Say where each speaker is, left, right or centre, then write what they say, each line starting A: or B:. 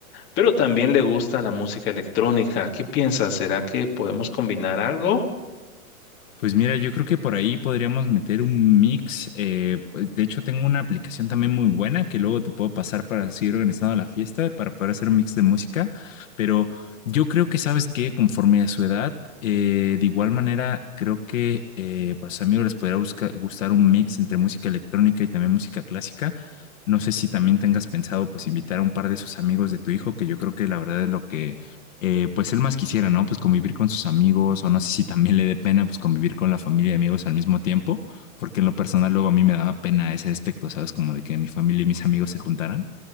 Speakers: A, on the left; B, on the left.
A: pero también le gusta la música electrónica. ¿Qué piensas? ¿Será que podemos combinar algo?
B: Pues mira, yo creo que por ahí podríamos meter un mix. eh, pues, de hecho, tengo una aplicación también muy buena que luego te puedo pasar para seguir organizando la fiesta, para poder hacer un mix de música. Pero yo creo que sabes que conforme a su edad, eh, de igual manera, creo que eh, para sus amigos les podría busca- gustar un mix entre música electrónica y también música clásica. No sé si también tengas pensado pues invitar a un par de sus amigos de tu hijo, que yo creo que la verdad es lo que eh, pues él más quisiera, ¿no? Pues convivir con sus amigos, o no sé si también le dé pena, pues convivir con la familia y amigos al mismo tiempo, porque en lo personal luego a mí me daba pena ese aspecto, ¿sabes? Como de que mi familia y mis amigos se juntaran.